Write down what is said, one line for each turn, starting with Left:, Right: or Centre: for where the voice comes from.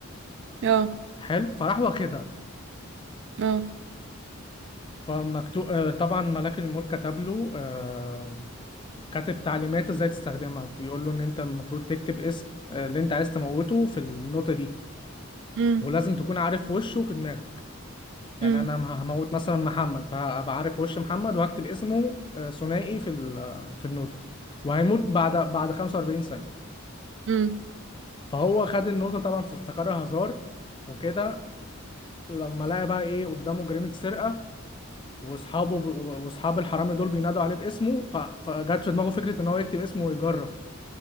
Right: اه
Left: حلو فراح واخدها
Right: اه
Left: فمكتوب آه، طبعا ملاك الموت كتب له آه، كاتب تعليمات ازاي تستخدمها بيقول له ان انت المفروض تكتب اسم آه، اللي انت عايز تموته في النوتة دي
Right: امم
Left: ولازم تكون عارف وشه في دماغك يعني
Right: امم
Left: انا ه- هموت مثلا محمد فهبقى عارف وش محمد وهكتب اسمه آه، ثنائي في ال- في النوتة وهيموت بعد بعد 45 ثانية
Right: امم
Left: فهو خد النقطة طبعا فافتكرها هزار وكده لما لقى بقى ايه قدامه جريمة سرقة واصحابه ب... واصحاب الحرامي دول بينادوا عليه باسمه ف... فجت في دماغه فكرة ان هو يكتب اسمه ويجرب